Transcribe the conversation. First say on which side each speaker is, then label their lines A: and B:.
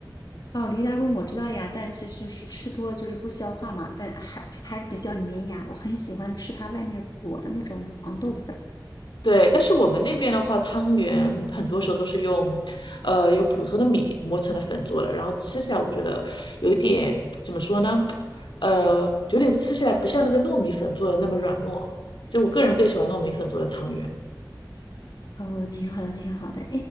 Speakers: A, on the left; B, on the left.
A: 哦，驴打滚我知道呀，但是就是吃多了就是不消化嘛，但还还比较粘牙，我很喜欢吃它外面裹的那种黄豆粉。
B: 对，但是我们那边的话，汤圆很多时候都是用，呃，用普通的米磨成的粉做的，然后吃起来我觉得有一点怎么说呢，呃，有点吃起来不像那个糯米粉做的那么软糯，就我个人更喜欢糯米粉做的汤圆。
A: 哦，挺好的，挺好的。哎